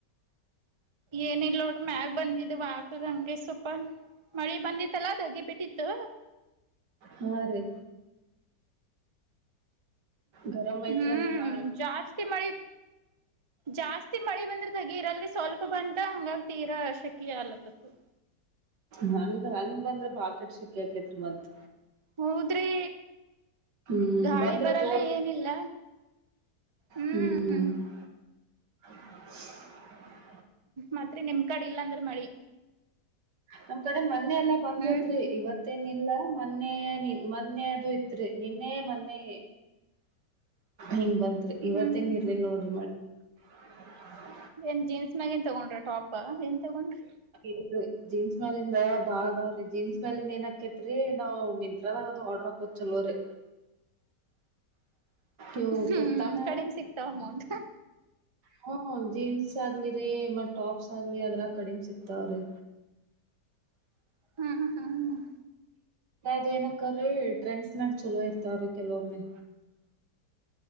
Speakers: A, on the right; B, on the right.
A: ಏನೀಲ್ ನೋಡ ಮ್ಯಾಗ ಬಂದಿದ್ ವಾಕಗ ಹಂಗೆ ಸ್ವಲ್ಪ ಮಳಿ ಬಂದಿತ್ತಲ್ಲ ದಗಿ ಬಿಟ್ಟಿತ್ತು
B: ಹ್ ರಿ ಗರಮ ಐತ್ರ
A: ಹ್ಮ್
B: ಅಂದ್ರ ಬಾಳ
A: ಜಾಸ್ತಿ ಮಳಿ ಜಾಸ್ತಿ ಮಳಿ ಬಂದ್ರ ದಗಿರಲ್ರಿ ಸ್ವಲ್ಪ ಬಂತ ಹಂಗಾಗಿ ತೀರ ಶಕಿ ಆಗಲತದ
B: ಹಂಗ ಹಂಗ ಬಂದ್ರ ಬಾಕೆಟ್ ಶಖಿ ಆಕೈತ್ರಿ ಮತ್
A: ಹೌದ್ರಿ
B: ಹ್ಮ್
A: ಗಾಳಿ
B: ಬಂದ್ರ
A: ಬರಲ್ಲ
B: ಜೋರ್
A: ಏನಿಲ್ಲ ಹ್ಮ
B: ಹ್ಮ್ <unintelligible>
A: ಮತ್ರಿ ನಿಮ್ ಕಡೆ ಇಲ್ಲಾಂದ್ರ ಮಳಿ
B: ನಮ್ ಕಡೆ ನ್ನೇ ಎಲ್ಲ ಬಂದ್
A: ಹ್ಮ್
B: ಹೋತ್ರಿ ಇವತ್ತೇ ಇಲ್ಲ ಮೊನ್ನೆ ನೀ ಮೊನ್ನೆ ಅದು ಇತ್ರಿ ನಿನ್ನೆ ಮೊನ್ನೆ ಹಿಂಗ್ ಬಂತ ಇವತ್ತೇನ್
A: ಹ್ಮ್ ಹ್ಮ್
B: ಇರ್ಲಿಲ್ಲ
A: ಹ್ಮ್
B: ನೋಡ್ರಿ ಮಳಿ <unintelligible>
A: ಏನ್ ಜೀನ್ಸ ಮ್ಯಾಗಿಂದ ತಗೊಂಡ್ರ ಟಾಪ್ ಏನ್ ತಗೊಂಡ್ರಿ
B: ಇಲ್ರಿ ಜೀನ್ಸ ಮೇಲಿಂದ ಬಾಳದಾವ್ರಿ ಜೀನ್ಸ ಮೇಲಿಂದ ಏನ ಆಕ್ಕೇತ್ರಿ ನಾವ್ ಮಿಂತ್ರದಾಗದು ಆರ್ಡರ್ ಹಾಕೋದ ಚಲೋರಿ ಇವು
A: ಹ್ಮ
B: ಕುರ್ತಾನ
A: ಕಡಿಮೆ ಸಿಕ್ತಾವ ಅಮೌಂಟ್
B: ಹ್ಮ ಜೀನ್ಸ ಆಗ್ಲಿರಿ ಮ ಟಾಪ್ಸ ಆಗ್ಲಿ ಆದ್ರಾಗ್ ಕಡಿಮ ಸಿಗ್ತಾವರಿ
A: ಹ್ಮ್ ಹ್ಮ್
B: ಅದು ಏನಕ್ಕ್ರೀ ಟ್ರೆಂಡ್ಸನ್ಯಾಗ ಚಲೋ ಇರ್ತಾವರಿ ಕೆಲವೊಮ್ಮೆ